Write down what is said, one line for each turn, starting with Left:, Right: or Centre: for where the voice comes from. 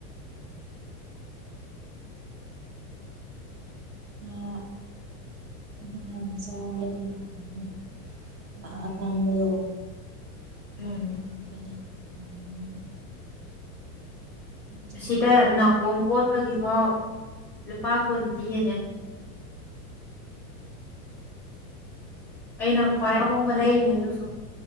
Right: ꯉꯥ ꯉꯥ ꯖꯥꯔꯗꯤ ꯍꯥꯎꯅꯤ ꯑꯥ ꯑꯀꯪꯕꯗꯣ
Centre: ꯎꯝ
Right: ꯑꯗꯨꯒ ꯍꯥꯞꯄꯗꯤ ꯍꯥꯎꯒꯅꯤꯗꯨ ꯆꯥꯅꯤꯡꯉꯛꯑꯦ
Centre: ꯑꯁꯤꯗ ꯅꯥꯀꯣꯡ ꯀꯣꯠꯄꯒꯤꯐꯥꯎ ꯂꯨꯄꯥ ꯀꯨꯟ ꯄꯤꯌꯦꯅꯦ ꯑꯩꯅ ꯈ꯭ꯋꯥꯏ ꯑꯍꯣꯡꯕ ꯂꯩꯔꯤꯅꯦ ꯑꯗꯨꯁꯨ